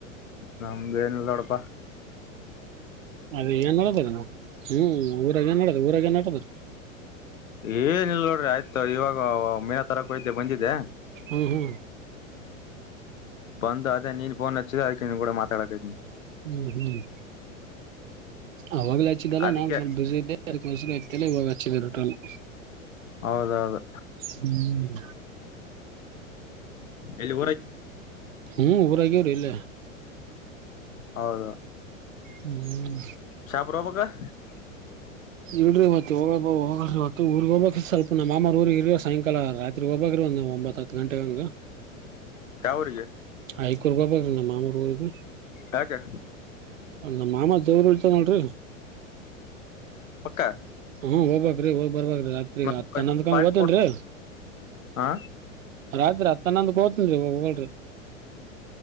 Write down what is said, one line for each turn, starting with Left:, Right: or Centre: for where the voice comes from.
Left: ನಮ್ದ ಏನಲ್ಲ ಅಡಪಾ
Right: ಅದೇ ಏನ್ ಹೇಳದ ನ ಹ್ಮ್ಊರ ಏ ಹೇಳೋದ ಊರಾಗ ಏನ್ ಹದು
Left: ಏನಲ್ ನೋಡ್ರಿ ಆಯ್ತು ಇವಾಗ ಮೀನಾ ತರಕೆಹೋಗೋಡ್ಡಯ್ದೆ ಬಂದಿದ್ದೆ
Right: ಹ್ಮ್ ಹ್ಮ್
Left: ಬಂದು ಅದೇ ನೀನ್ಫೋನ್ ಹಚ್ಚಿದ ಅದಕ್ಕೆ ನಿನ್ ಕೂಡ ಮಾತಾಡಕಾ ಇದನಿ
Right: ಹ್ಮ್ ಹ್ಮ್ ಅವಾಗಲಾಚ್ಚಿದ್ದಲ್ಲ
Left: ಅದಕ್ಕೆ
Right: ನಾ ಸಲ್ಪ ಬ್ಯುಸಿ ಇದ ಬಸ ಎ ಯಾಗಟ <unintelligible>
Left: ಹೌದೌದು
Right: ಹ್ಮ್
Left: ಇಲ್ಲಿ
Right: ಹ್ಮ್ ಊಬರಾಗ್ಯವ್ರ <unintelligible> ಇಲ್ಲ
Left: ಹೌದು
Right: ಹ್ಮ್
Left: ಶಪರಬಾಗ <unintelligible>
Right: ಇಡ್ರಿ ಮತ್ತ ಹೋಗ ತ್ತು ಊರಿಗೆ ಹೋಗಬಬೇಕ ಸ್ವಲ್ಪ ನಮ್ಮ ಮಾಮಾರ್ ಊರಿಗೆ ಇರ ಸಾಯಂಕಾಲ ರಾತ್ರಿಗ್ ಹೋಗಬ್ರಿ ಒಂದ್ ಒಂಬತ್ತತ್ತು ಗಂಟೆ ಹಂಗ
Left: ಯಾವರಿಗೆ
Right: ಹೈ ಕೊ ಬ್ರ ನ ಮಾ <unintelligible> ಹೋಗಗ
Left: ಯಾಕೆ
Right: ನಮ್ಮ ಮಾಮ ದೇವರು ಹೇಳ್ತ ನೋಡ್ರಿ
Left: ಹಾ
Right: ಹ್ಮ ಹೋಗಬಬೇಕ ರೀ ಹೋಗ ಬರ್ಬೀ ರಾತ್ರಿ
Left: ಮತ್
Right: ಹತ್ತ ಹನ್ನಂದಕಂಗ
Left: ಪಾರ್ಟಿ
Right: ಓತನ್ರರಿ
Left: ಕೊಡ್ ಹಾ
Right: ರಾತ್ರಿ ಹತ್ತ ಹನ್ನೊಂದ ಹೊತನ್ರಿ ಹೋಗಲ್ರಿ